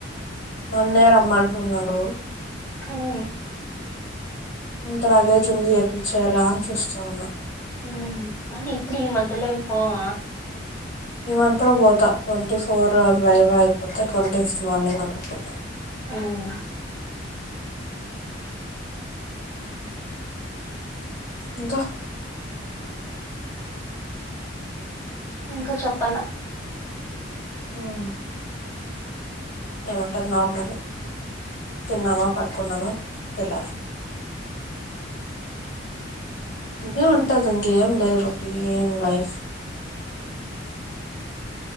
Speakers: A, on the left; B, on the left.
A: నన్నే రమ్మంటున్నారు
B: హ్మ్
A: ఇంత లగేజు ఉంది ఎట్లా చేయ్యాల అని చూస్తా ఉన్నా
B: హ్మ్ ఇంకెప్పుడు ఈ మధ్య లోన పోవ
A: ఈ మంత్ లో పోతా ట్వంటీ ఫోర్ వైవా అయిపోతే ట్వంటీ ఫిఫ్త్ మార్నింగ్ అట్లా పోతా
B: హ్మ్
A: ఇంకా
B: ఇంకా చెప్పాల
A: హ్మ్ ఏముంటది నార్మలె తిన్నామా పడుకున్నామా తెల్లారిందా ఇదే ఉంటది ఇంకేమి లేదు రొటీన్ లైఫ్